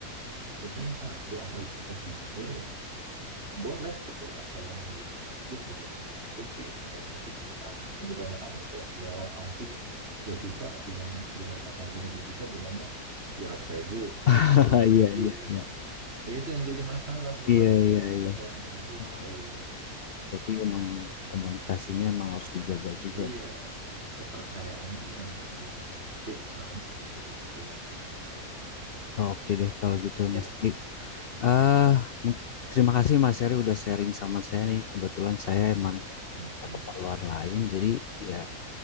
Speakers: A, on the right; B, on the left.
A: kuncinya satu asal kita jujur ya boleh gitu asal boleh jujur nggak ada yang ditutupi terkait hobi kita yang kebanyakan kan ya udah alat mancing dua juta bilang bilang harganya dua juta bilangnya dua ratus ribu
B: <laughs>
A: 20 ribu
B: Iya, iya, iya.
A: Ya itu yang jadi masalah sebenarnya
B: Iya,
A: kadang-kadang
B: iya, iya.
A: gitu
B: Oh, Berarti emang komunikasinya emang harus dijaga juga.
A: iya kepercayaannya itu jangan sampai dikhianati kasarnya seperti itu
B: Oke deh kalau gitu
A: oke
B: Mas.
A: okay.
B: Eh, mung- terima kasih Mas Heri udah sharing sama saya nih. Kebetulan saya emang
A: mm
B: ada
A: -hmm.
B: keperluan lain, jadi ya